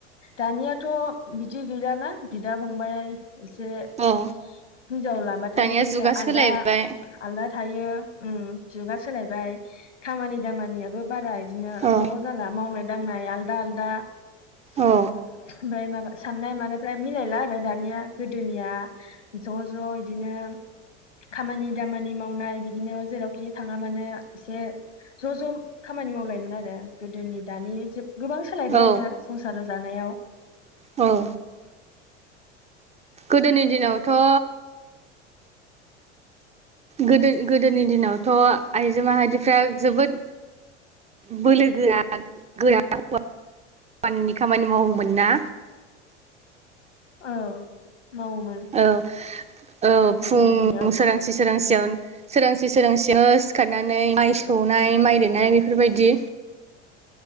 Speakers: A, on the left (about 85°); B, on the right (about 20°).
A: दानियाथ' बिदि गैलाना बिदा फंबाइ एसे
B: औ
A: हिनजाव लाबाथाय
B: दानिया
A: एसे
B: जुगा
A: आलदा
B: सोलायबाय
A: आलदा थायो उम जुगा सोलायबाय खामानि दामानियाबो बाराय बिदिनो
B: औ
A: ज' जाला मावनाय दांनाय आलदा आलदा ओमफ्राय
B: औ
A: माबा साननाय मानायफ्रा मिलायला आरो दानिया गोदोनिया ज' ज' इदिनो खामानि दामानि मावनाय बिदिनो जेरावखि थाङा मानो एसे ज' ज' खामानि मावलायोमोन आरो गोदोनि दानि जुग गोबां सोलायबायानो
B: औ
A: संसार जानायाव
B: औ गोदोनि दिनावथ' गोदो गोदोनि दिनावथ' आइजो माहारिफ्रा जोबोद बोलो गोरा गोरा हौवानि खामानि मावोमोन ना
A: औ मावोमोन
B: औ औ फुं
A: गोदोनिया
B: सोरांसि सोरांसियावनो सोरांसि सोरांसियाव सिखारनानै माइ सौनाय, माइ देनाय बेफोरबायदि